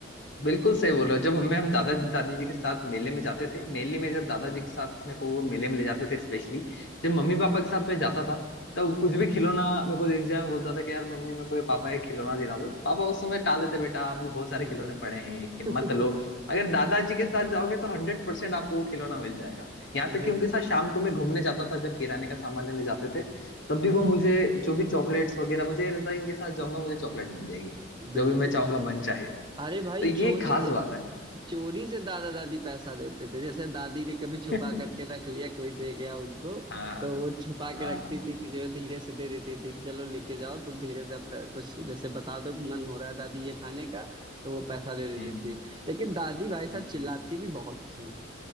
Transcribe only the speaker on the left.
बिल्कुल सही बोल रहे हो जब हमें हम दादा दादी जी के साथ मेले में जाते थे मेनली मैं जब दादाजी के साथ मेरे को वो मेले में ले जाते थे स्पेशली जब मम्मी पापा के साथ मैं जाता था तब कुछ भी खिलौना मेरे को देख जाए मैं बोलता था कि यार मम्मी मेरे को ये पापा ये खिलौना दिला दो पापा उस समय टाल देते बेटा अभी बहुत सारे
खिलौने पड़े हैं
कि मत लो अगर दादाजी के साथ जाओगे तो हंड्रेड परसेंट आपको वो खिलौना मिल जाएगा यहाँ
तक कि उनके साथ शाम को मैं घूमने जाता था जब किराने का सामान लेने जाते थे तब भी वो मुझे जो भी चॉकलेट्स वगैरह मुझे ये रहता है इनके साथ जाऊंगा मुझे चॉकलेट मिल जाएगी
जो भी मैं चाहूंगा मन चाहे
तो ये
खास
बात है
<laughs>
हाँ
हाँ
हम्म
हम्म।